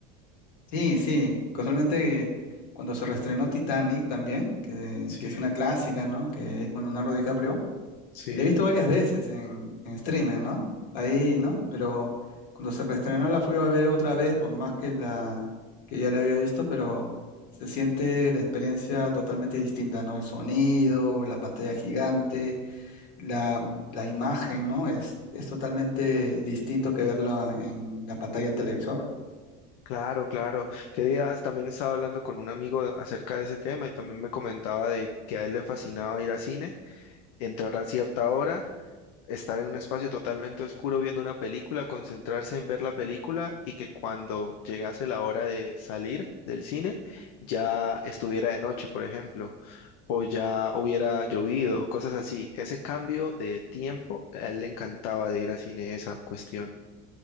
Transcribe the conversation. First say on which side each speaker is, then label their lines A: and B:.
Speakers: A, on the left; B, on the left.
A: Sí, sí, casualmente que cuando se reestrenó Titanic también, que,
B: Sí,
A: que es una clásica, ¿no? Que hay con Leonardo DiCaprio,
B: sí.
A: la he visto varias veces en, en streaming, ¿no? Ahí, ¿no? Pero cuando se reestrenó la fui a ver otra vez, por más que la que ya la había visto, pero se siente la experiencia totalmente distinta, ¿no? El sonido, la pantalla gigante, la, la imagen, ¿no? Es, es totalmente distinto que verla en la pantalla del televisor.
B: Claro, claro. Qué días también estaba hablando con un amigo acerca de ese tema y también me comentaba de que a él le fascinaba ir al cine, entrar a cierta hora, estar en un espacio totalmente oscuro viendo una película, concentrarse en ver la película y que cuando llegase la hora de salir del cine ya estuviera de noche, por ejemplo, o ya hubiera llovido, cosas así. Ese cambio de tiempo, a él le encantaba de ir al cine, esa cuestión.